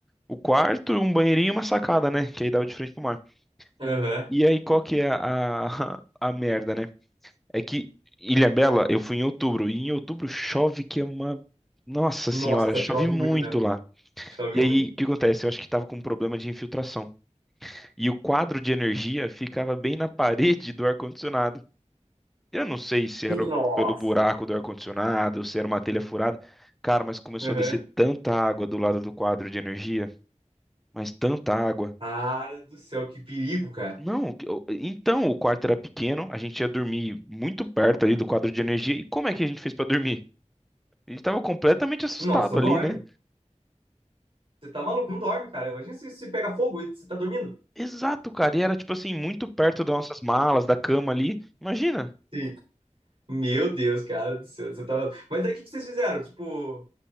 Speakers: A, in the centre; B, on the right.
A: o quarto, um banheirinho e uma sacada, né? Que aí dava de frente pro mar.
B: Aham.
A: E aí, qual que é a, a, <laughs> a merda, né? É que Ilhabela, eu fui em outubro, e em outubro chove que é uma... Nossa
B: Nossa,
A: senhora, chove
B: chove
A: muito
B: muito mesmo.
A: lá.
B: Chove
A: E
B: muito.
A: aí, o que acontece? Eu acho que tava com um problema de infiltração. E o quadro de energia ficava bem na parede do ar-condicionado. Eu não sei se era
B: Nossa.
A: pelo buraco do ar-condicionado, se era uma telha furada. Cara, mas começou
B: Aham.
A: a descer tanta água do lado do quadro de energia, mas tanta água.
B: Cara do céu, que perigo, cara.
A: Não, que- eu- então o quarto era pequeno, a gente ia dormir muito perto ali do quadro de energia. E como é que a gente fez pra dormir? A gente tava completamente assustado
B: Nossa, não
A: ali,
B: dorme.
A: né?
B: Você tá maluco, não dorme, cara. Imagina se, se pega fogo e você tá dormindo.
A: Exato, cara, e era tipo assim, muito perto das nossas malas, da cama ali. Imagina.
B: Sim. Meu Deus, cara do céu, você tava. Mas daí o que, que vocês fizeram? Tipo,